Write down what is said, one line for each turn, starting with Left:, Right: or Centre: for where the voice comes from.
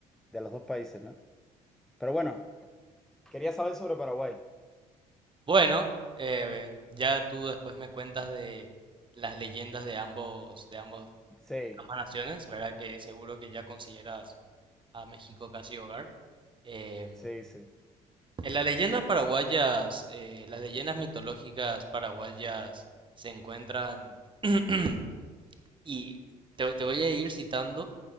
Centre: de los dos países, ¿no? Pero bueno, quería saber sobre Paraguay.
Right: Bueno, eh, ya tú después me cuentas de las leyendas de ambos, de ambos,
Centre: Sí.
Right: ambas naciones, ¿verdad? Que seguro que ya consideras a México casi hogar. Em,
Centre: Sí, sí.
Right: en las leyendas paraguayas, eh, las leyendas mitológicas paraguayas se encuentran <clears throat> Y te, te voy a ir citando